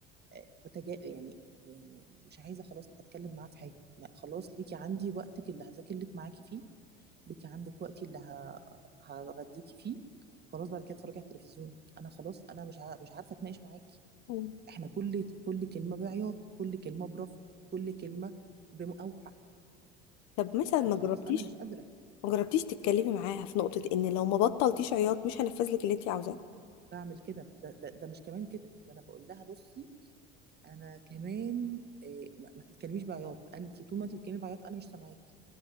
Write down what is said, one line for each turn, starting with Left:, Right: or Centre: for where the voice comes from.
Right: آه، بتجا يعني يعني مش عايزه خلاص اتكلم معاه في حاجه ما خلاص ليكي عندي وقتك اللي هذاكر لك معاكي فيه ليكي عندك وقتي اللي ه... هغديكي فيه خلاص بعد كده اتفرجي على التلفزيون انا خلاص انا مش ع... مش عارفه اتناقش معاكي
Left: مم.
Right: احنا كل كل كلمه بعياط كل كلمه برفض كل كلمه بأوحى
Left: طب مثلا
Right: فخلاص
Left: ما جربتيش
Right: انا مش قادره
Left: ما جربتيش تتكلمي معاها في نقطه ان لو ما بطلتيش عياط مش هنفذ لك اللي انت عاوزاه
Right: بعمل كده ده, ده ده مش كمان كده ده انا بقول لها بصي انا كمان إيه ما ما تتكلميش بعياط انت طول ما انت بتتكلمي بعياط انا مش سامعاكي